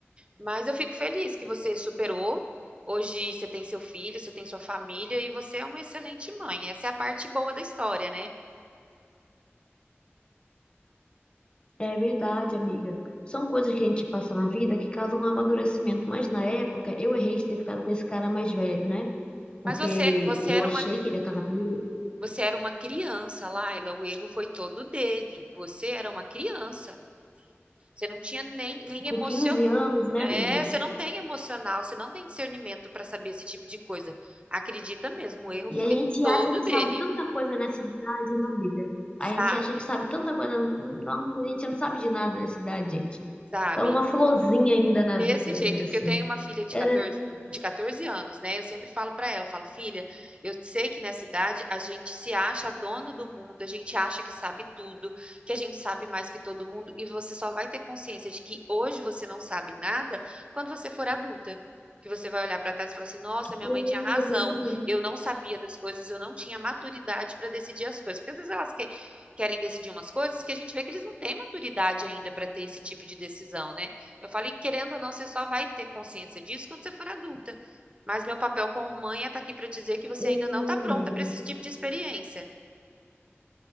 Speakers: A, on the right (about 25°); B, on the left (about 25°).
A: Mas eu fico feliz que você superou. Hoje você tem seu filho, você tem sua família e você é uma excelente mãe. Essa é a parte boa da história, né?
B: É verdade, amiga. São coisas que a gente passa na vida que causam um amadurecimento. Mas na época, eu errei de ter ficado com esse cara mais velho, né?
A: Mas
B: Porque
A: você, você
B: eu
A: era
B: achei
A: uma,
B: que ele ia casar comigo
A: você era uma criança, Laila. O erro foi todo dele. Você era uma criança. Você não tinha nem, nem
B: com
A: emoção.
B: 15 anos, né,
A: É,
B: amiga?
A: você não tem emocional, você não tem discernimento para saber esse tipo de coisa. Acredita mesmo, o erro
B: E
A: foi
B: a gente
A: todo
B: acha que
A: dele,
B: sabe tanta coisa nessa idade, não, amiga?
A: sabe?
B: A gente acha que sabe tanta coisa. Nossa, a gente não sabe de nada nessa idade, gente.
A: Sabe?
B: Então, uma florzinha ainda na
A: Desse
B: vida,
A: jeito,
B: ainda
A: porque
B: assim.
A: eu tenho uma filha de
B: Era
A: 14, de 14 anos, né? Eu sempre falo pra ela, falo, filha, eu sei que nessa idade a gente se acha dono do mundo, a gente acha que sabe tudo, que a gente sabe mais que todo mundo, e você só vai ter consciência de que hoje você não sabe nada quando você for adulta. Que você vai olhar pra trás e falar assim: nossa, minha
B: É,
A: mãe tinha razão,
B: exatamente.
A: eu não sabia das coisas, eu não tinha maturidade pra decidir as coisas. Porque às vezes elas que- querem decidir umas coisas que a gente vê que eles não têm maturidade ainda pra ter esse tipo de decisão, né? Eu falei, que, querendo ou não, você só vai ter consciência disso quando você for adulta. Mas meu papel como mãe é estar aqui para dizer que você
B: É,
A: ainda não está pronta
B: amiga.
A: para esse tipo de experiência.